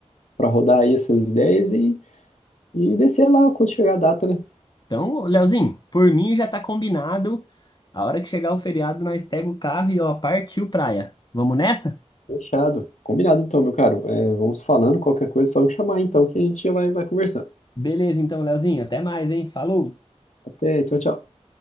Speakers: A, on the left; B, on the left.
A: para rodar aí essas ideias e, e descer lá quando chegar a data, né?
B: Então, Leozinho, por mim já tá combinado. A hora que chegar o feriado, nós pega o carro e ó, partiu praia. Vamos nessa?
A: Fechado. Combinado então, meu caro. É, vamos falando, qualquer coisa, só me chamar então que a gente já vai, vai conversando.
B: Beleza, então, Leozinho, até mais, hein? Falou!
A: Até, tchau, tchau.